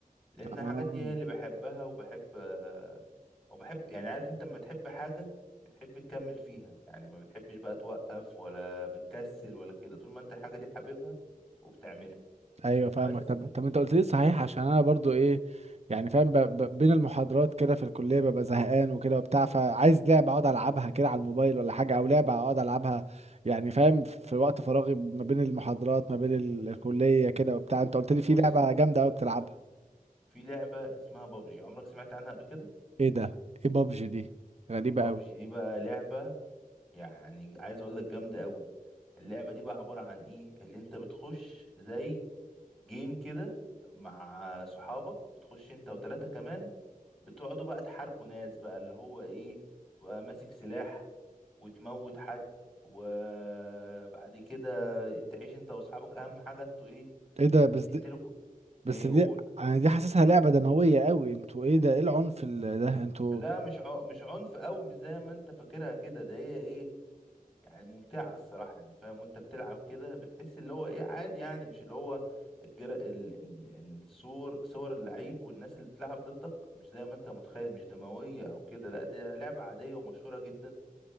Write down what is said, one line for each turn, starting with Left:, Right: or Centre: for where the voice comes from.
Centre: لان
Right: اه
Centre: الحاجات دي هي اللي بحبها وبحب آه، وبحب يعني عارف انت لما تحب حاجة بتحب تكمل فيها يعني ما بتحبش بقى توقف ولا بتكسل ولا كده طول ما انت الحاجة دي حاببها وبتعملها
Right: ايوه فاهمك
Centre: بس
Right: طب
Centre: كده
Right: طب انت قلت لي صحيح عشان انا برضو ايه يعني فاهم ب... ب... بين المحاضرات كده في الكليه ببقى زهقان وكده وبتاع فعايز لعبه اقعد العبها كده على الموبايل ولا حاجه او لعبه اقعد العبها يعني فاهم في وقت فراغي ما بين المحاضرات ما بين ال- الكليه كده وبتاع انت قلت لي في
Centre: بص
Right: لعبه جامده قوي بتلعبها
Centre: في لعبة اسمها بابجي عمرك سمعت عنها قبل كده
Right: ايه ده ايه بابجي دي غريبه
Centre: بابجي
Right: قوي
Centre: دي بقى لعبة يعني عايز اقول لك جامدة قوي اللعبة دي بقى عبارة عن ايه اللي انت بتخش زي جيم كده مع صحابك بتخش انت وتلاتة كمان بتقعدوا بقى تحاربوا ناس بقى اللي هو ايه تبقى ماسك سلاح وتموت حد وبعد كده تعيش انت واصحابك اهم حاجة انتوا ايه
Right: ايه ده
Centre: ت-
Right: بس
Centre: تقتلوا
Right: دي
Centre: كو-
Right: بس
Centre: ايه
Right: دي
Centre: قول
Right: انا دي حاسسها لعبه دمويه قوي انتوا ايه ده ايه العنف ال- ده انتوا
Centre: لا مش ع... مش عنف قوي مش زي ما انت فاكرها كده ده هي إيه؟ يعني ممتعة الصراحة يعني فاهم وانت بتلعب كده بتحس اللي هو ايه عادي يعني مش اللي هو الجر... ال... ال... الصور صور اللعيب والناس اللي بتلعب ضدك مش زي ما انت متخيل مش دموية او كده لا دي لعبة عادية ومشهورة جدا